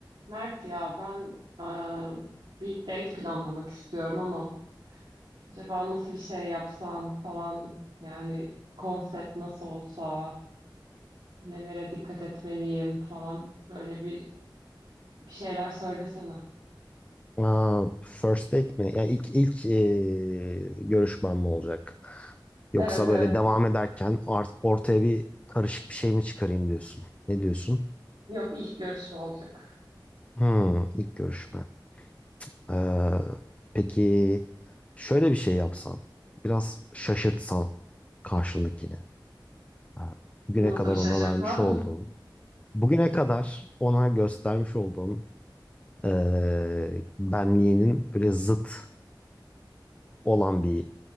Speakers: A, on the right; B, on the left.
A: Mert ya ben e, bir date planlamak istiyorum ama acaba nasıl bir şey yapsam falan yani konsept nasıl olsa nelere dikkat etmeliyim falan böyle bir, bir şeyler söylesene.
B: Aa, first date mi? Yani ilk ilk e, görüşmem mi olacak? Yoksa
A: Evet evet
B: böyle devam ederken art, ortaya bir karışık bir şey mi çıkarayım diyorsun? Ne diyorsun?
A: yok ilk görüşme olacak.
B: Hmm, ilk görüşme. Ee, peki şöyle bir şey yapsan, biraz şaşırtsan karşındakini. Ha, Bugüne
A: Nasıl
B: kadar
A: bir şaşırtma?
B: ona vermiş olduğun, bugüne kadar ona göstermiş olduğun e, benliğinin böyle zıt olan bir